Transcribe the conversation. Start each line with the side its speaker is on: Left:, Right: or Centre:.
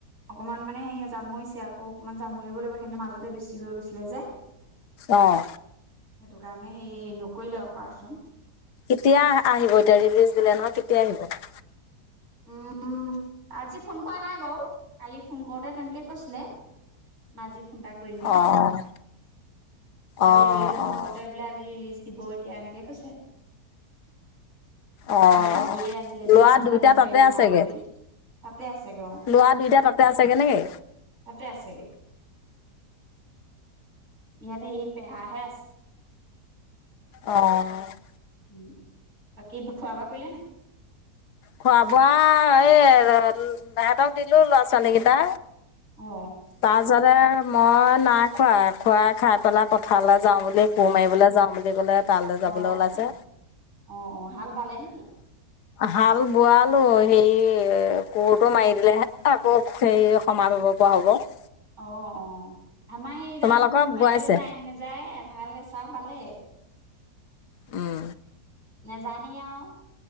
Right: অকমান মানে সেই জামুৰিছে আকৌ অকমান জামুৰি লব লাগিব সেই মাজতে বেছি হৈ গৈছিলে যে।
Left: অহ।
Right: সেইটো কাৰণে সেই নকৰিলে অপৰেচন
Left: কেতিয়া আহিব এতিয়া ৰিলিজ দিলে নহয় কেতিয়া আহিব?
Right: উম আজি ফোন কৰা নাই বাৰু কালি ফোন কৰোঁতে তেনেকে কৈছিলে। মই আজি ফোন এটা কৰিমহে
Left: অঁ
Right: এতিয়া কালি
Left: অঁ
Right: আবেলি ফোন
Left: অঁ
Right: কৰোতে বোলে আজি ৰিলিজ দিব এতিয়া এনেকে কৈছে
Left: অঁ
Right: নে কালিয়ে আহিলে যদিও
Left: ল'ৰা
Right: নাজানো।
Left: দুইটা তাতে
Right: <unintelligible>
Left: আছেগৈ
Right: তাতে আছেগে অ',
Left: ল'ৰা দুইটা তাতে আছেগৈ নেকি
Right: তাতে আছেগে। ইয়াতে সেই পেহা হে আছে।
Left: অ'।
Right: উ বাকী খোৱা-বোৱা কৰিলে নে নাই
Left: খোৱা বোৱা এই হঁতক দিলো ল'ৰা ছোৱালী কেইটা
Right: অ
Left: <unintelligible> মই নাই খোৱা খুৰাই খাই পেলাই পথাৰলৈ যাওঁ বুলি কোৰ মাৰিবলৈ যাওঁ বুলি ক'লে। তালৈ যাবলৈ
Right: অ
Left: ওলাইছে
Right: অ অ অ হাল বালে নেকি
Left: হাল বোৱালো হেৰি কোৰটো মাৰি দিলেহে আকৌ সেই সমান পাব পাৰো হ'ব।
Right: অ- অ আমাৰ সেই
Left: তোমালোকৰ
Right: জানো কোৰ মাৰিবলৈ
Left: বোৱাইছে
Right: যায় ন নেযায় ভাল চাহ পালে
Left: উম।
Right: নাজানেই আৰু